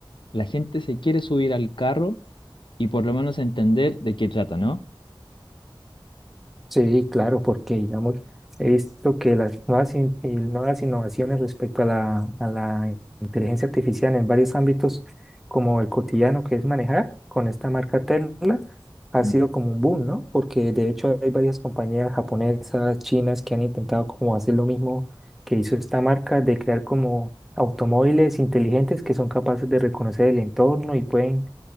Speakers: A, on the left (about 65°); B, in the centre.
A: la gente se quiere subir al carro y por lo menos entender de qué trata, ¿no?
B: Sí, claro, porque digamos, he visto que las nuevas, in- y nuevas innovaciones respecto a la, a la inteligencia artificial en varios ámbitos, como el cotidiano que es manejar con esta marca Tesla, ha
A: Mm.
B: sido como un boom, ¿no? Porque de hecho hay varias compañías japonesas, chinas, que han intentado como hacer lo mismo que hizo esta marca, de crear como automóviles inteligentes que son capaces de reconocer el entorno y pueden